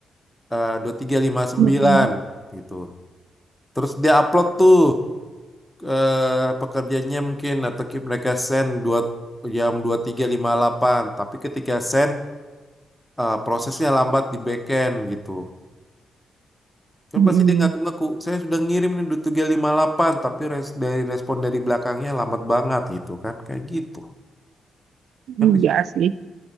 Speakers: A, in the centre; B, on the right (about 75°).
A: eh, dua puluh tiga lima puluh sembilan
B: Mm-mm.
A: gitu. Terus dia upload tuh eh, pekerjaannya mungkin atau ki- mereka send dua jam dua puluh tiga lima puluh delapan tapi ketika send eh, prosesnya lambat di backend gitu. Kan
B: Mm-mm.
A: pasti dia ngaku-ngaku, saya sudah ngirim nih dua tiga lima delapan, tapi res- dari respon dari belakangnya lambat banget gitu kan. Kayak gitu. Kan
B: Iya
A: bisa
B: sih.